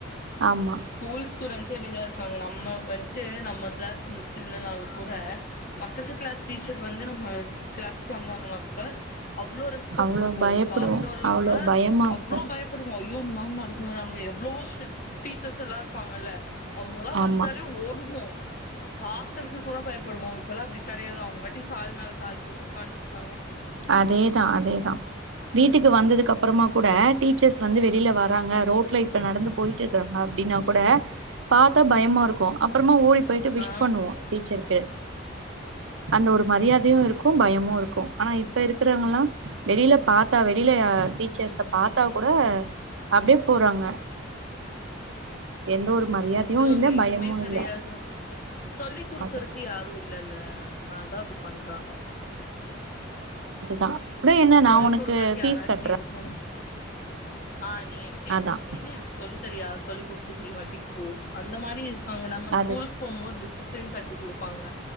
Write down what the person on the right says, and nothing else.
ஆமா
அவ்ளோ
பயப்படுவோ
அவ்ளோ
பயமா இருக்கு
ஆமா
அதேதா அதேதா வீட்டுக்கு வந்ததுக்கு அப்றமா கூட டீச்சர்ஸ் வந்து வெளில வராங்க ரோட்ல இப்ப நடந்து போயிட்டு இருக்குற அப்டின்னா கூட பாத்தா பயமா இருக்கு அப்றமா ஓடி போயிட்டு விஷ்
பண்ணுவோ டீச்சர்க்கு அந்த ஒரு மரியாதையு இருக்கு பயமு இருக்கு ஆனா இப் இப்ப இருக்குறவங்கலா வெளில பாத்தா வெளில யா டீச்சர்ஸ்ஸ பாத்தா கூட அப்டியே போறாங்க எந்த ஒரு மரியாதையு
இல்ல
பயமு
இல்ல
அது
அதுதா கூட என்ன நா
உனக்கு
ஃபீஸ்
கட்டுறே
அதா
அது